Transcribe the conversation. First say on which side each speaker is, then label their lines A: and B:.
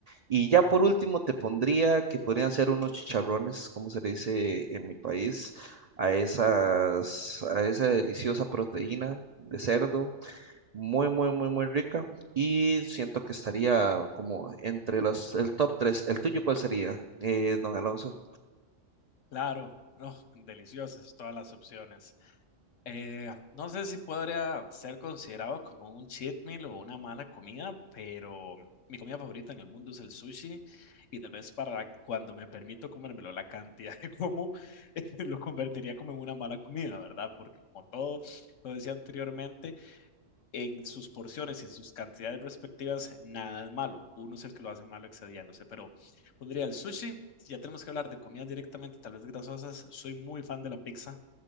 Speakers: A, on the right (about 50°); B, on the left (about 75°).
A: Y ya por último te pondría que podrían ser unos chicharrones, como se le dice en mi país, a esas, a esa deliciosa proteína de cerdo, muy, muy, muy, muy rica. Y siento que estaría como entre los, el top tres ¿El tuyo cuál sería, eh, don Alonso?
B: Claro, no, deliciosas todas las opciones. Eh, no sé si podría ser considerado como un cheat meal o una mala comida, pero mi comida favorita en el mundo es el sushi y tal vez para cuando me permito comérmelo, la cantidad que como <laughs> lo convertiría como en una mala comida, ¿verdad? Porque como todo lo decía anteriormente, en sus porciones y en sus cantidades respectivas, nada es malo. Uno es el que lo hace malo excediéndose, pero pondría el sushi. Si ya tenemos que hablar de comidas directamente, tal vez grasosas, soy muy fan de la pizza.